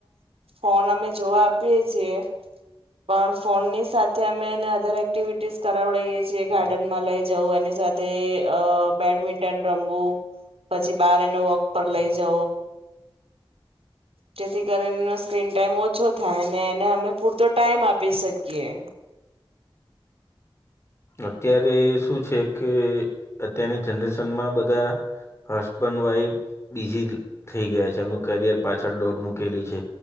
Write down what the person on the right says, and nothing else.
ફોન અમે જોવા આપીએ છીએ પણ ફોન ની સાથે અમેને અધર એક્ટિવિટીસ કરાવીડીએ છીએ ગાર્ડનમાં લઈ જવું એની સાથે અ બેડમિન્ટન રમવું પછી બાર એનો વોક પર લઈ જવ જેથી કરીનો સ્ક્રીન ટાઈમ ઓછો થાય ને એને અમે પૂરતો ટાઈમ આપી શકીએ.